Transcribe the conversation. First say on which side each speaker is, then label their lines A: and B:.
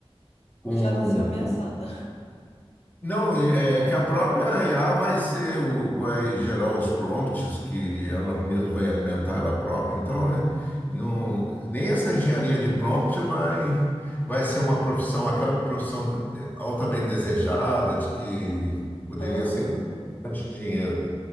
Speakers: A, on the left; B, on the left.
A: com
B: Já nasceu ameaçada.
A: não, e- é que a própria IA vai ser o, vai gerar os prompts que ela mesma vai alimentar ela própria. Então, é, não, nem essa engenharia de prompt vai vai ser uma profissão, aquela profissão eh, altamente desejada de que poderia
B: <laughs> Aham,
A: ser de dinheiro.